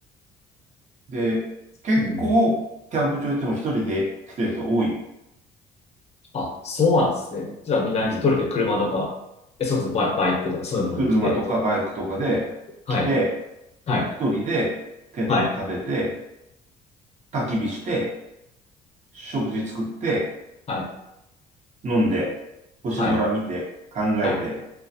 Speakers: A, on the right; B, on the left.
A: で、結構、
B: うん。
A: キャンプ場行っても一人で来てる人多い。
B: あ、そうなんですね。じゃあみんな一人で車とか、
A: うん。
B: え、それこそバイ、バイクとかそういうのに来て。
A: 車とかバイクとかで来て、
B: はい。はい。
A: 一人でテント立てて、
B: はい。
A: 焚き火して、食事作って、
B: はい。
A: 飲んで、星空見て、
B: はい。
A: 考えて、
B: はい。